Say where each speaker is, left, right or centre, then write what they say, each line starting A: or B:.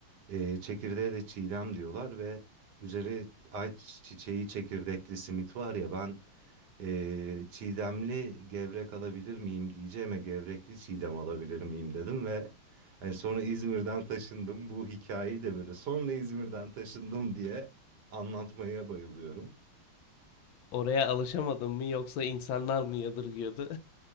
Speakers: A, on the right; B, on the left.
A: E, çekirdeğe de çiğdem diyorlar ve üzeri ayçiçeği çiçeği çekirdekli simit var ya ben e, çiğdemli gevrek alabilir miyim diyeceğime gevrekli çiğdem alabilir miyim dedim ve hani sonra İzmir'den taşındım bu hikayeyi de böyle sonra İzmir'den taşındım diye anlatmaya bayılıyorum.
B: Oraya alışamadın mı yoksa insanlar mı yadırgıyordu?